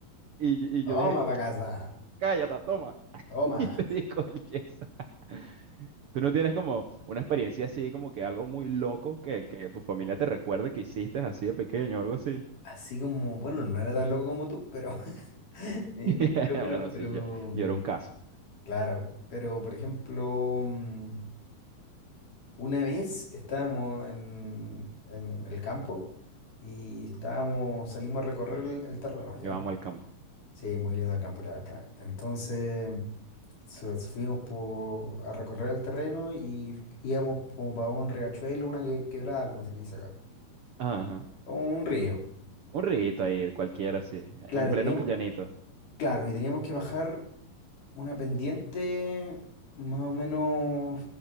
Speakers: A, on the right; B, on the left.
A: Y, yo- y
B: Toma
A: yo dije,
B: para casa.
A: cállate, toma. <laughs>
B: Toma.
A: Y le di con el yeso. <laughs> ¿Tú no tienes como una experiencia así, como que algo muy loco que, que tu familia te recuerde que hiciste así de pequeño o algo así?
B: Así como, bueno, no era tan loco como tú, pero <laughs> ni,
A: <laughs>
B: ni mucho
A: Bueno,
B: menos, pero
A: sí, yo, yo
B: mm,
A: era un caso.
B: claro. Pero, por ejemplo, mm, Una vez estábamos en, en el campo y estábamos, salimos a recorrer
A: Y el-
B: el, el terreno, ¿ya?
A: Yo amo el campo.
B: Sí, muy lindo el campo, la verdad. Entonces su- fuimos po- a recorrer el terreno y íbamos como para un riachuelo, una que- quebrada, como se le dice acá.
A: Ajá.
B: Como un río.
A: Un rito ahí, cualquiera así,
B: Claro,
A: en pleno
B: y teníamos,
A: llanito.
B: claro, y teníamos que bajar. Una pendiente, más o menos,